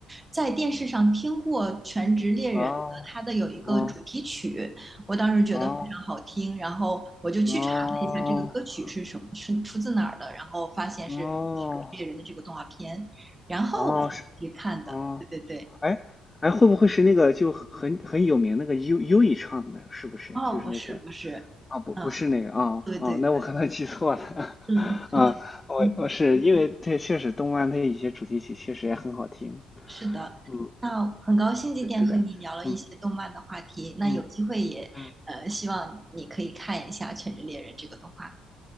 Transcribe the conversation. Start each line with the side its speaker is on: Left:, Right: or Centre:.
Right: 在电视上听过《全职猎人》它的有一个主题曲，
Left: 哦哦
Right: 我当时觉得非常好听，
Left: 哦
Right: 然后我就去查了一下这个歌曲是什么，
Left: 哦
Right: 是出自哪儿的，然后发现是《全职猎人》的这个动画片，
Left: 哦
Right: 然后我才去看的。
Left: 哦，是哦，
Right: 对对对，
Left: 哎哎，会不会是那个就很很有名那个优优以唱的？是不是？
Right: 哦，
Left: 就是那个
Right: 不是不是，
Left: 啊，不不是那个啊啊，
Right: 嗯，对对对，
Left: 那我可能记错了 <laughs>
Right: 嗯，是的，
Left: 啊，我我是因为这确实动漫它有些主题曲确实也很好听，
Right: 嗯。是的，
Left: 嗯，
Right: 那很高兴今天和你聊了一些动漫的话题，
Left: 是的，嗯
Right: 那有机会也呃希望你可以看一下《全职猎人》这个动画。
Left: 嗯嗯，